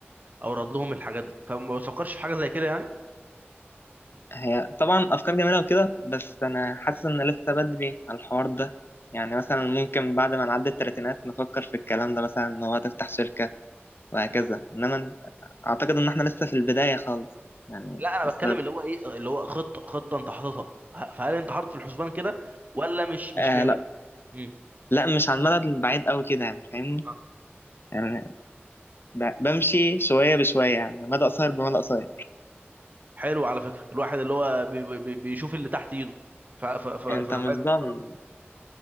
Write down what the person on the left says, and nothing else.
هي طبعا أفكار جميلة وكده بس أنا حاسس إن لسه بدري على الحوار ده يعني مثلا ممكن بعد ما نعدي التلاتينات نفكر في الكلام ده مثلا إن هو تفتح شركة وهكذا
إنما أعتقد إن إحنا لسه في البداية خالص يعني
لسه
آه
لا
لا مش على المدى البعيد قوي كده يعني فاهمني
يعني ب- بمشي شوية بشوية يعني مدى قصير بمدى قصير
انت
مش ضامن